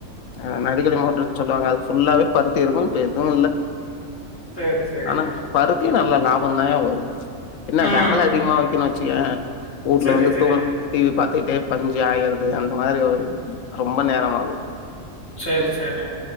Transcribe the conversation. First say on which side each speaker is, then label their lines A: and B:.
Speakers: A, on the left; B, on the left.
A: ஆ நடிக மோட்ட சொல்லுவாங்க அது ஃபுல்லாவே பருத்தி இருக்கும் இப்ப எதுவும் இல்ல
B: சரி, சரி.
A: ஆனா பருத்தியும் நல்ல லாபம் தான்யா வரும் என்ன
B: ம்.
A: வேலை அதிகமா வச்சுக்கயன் ஊட்ல
B: சரி,
A: வந்து
B: சரி,
A: தூங்க டிவி பாத்துக்கிட்டே பஞ்ச ஆயறது அந்த மாதிரி ஒரு ரொம்ப நேரம் ஆகும்
B: சரி சரி